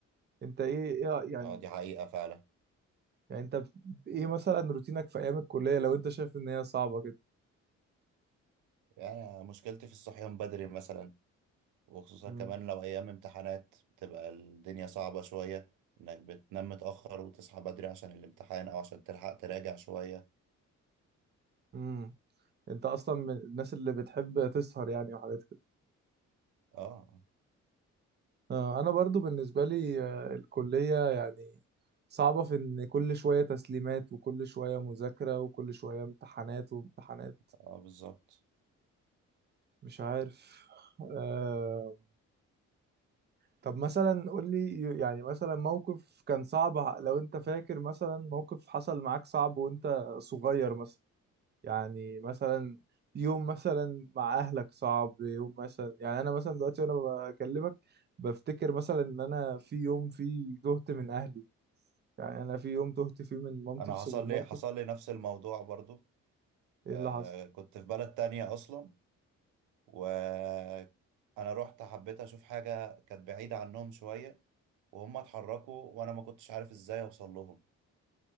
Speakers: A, on the right; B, on the right.
A: انت ايه ايه يعني
B: آه، دي حقيقة فعلا
A: يعني انت ب- ايه مثلا روتينك في ايام الكليه لو انت شايف ان هي صعبه كده
B: يعني مشكلتي في الصحيان بدري مثلا وخصوصا
A: امم
B: كمان لو أيام امتحانات بتبقى الدنيا صعبة شوية إنك بتنام متأخر وتصحى بدري عشان الامتحان أو عشان تلحق تراجع شوية
A: امم انت اصلا من الناس اللي بتحب تسهر يعني وحاجات كده
B: اه
A: آه، انا برضو بالنسبه لي آه، الكليه يعني صعبه في ان كل شويه تسليمات وكل شويه مذاكره وكل شويه امتحانات وامتحانات
B: اه بالظبط
A: مش عارف آه، طب مثلا قول لي يعني مثلا موقف كان صعب لو انت فاكر مثلا موقف حصل معاك صعب وانت صغير مثلا يعني مثلا يوم مثلا مع اهلك صعب يوم مثلا يعني انا مثلا دلوقتي وانا بكلمك بفتكر مثلا ان انا في يوم فيه تهت من اهلي يعني انا في يوم تهت فيه من مامتي
B: أنا
A: في سوبر
B: حصل
A: ماركت
B: لي حصل لي نفس الموضوع برضو
A: ايه
B: آه
A: اللي حصل
B: كنت في بلد تانية أصلا وأنا رحت حبيت أشوف حاجة كانت بعيدة عنهم شوية وهم اتحركوا وأنا ما كنتش عارف إزاي أوصل لهم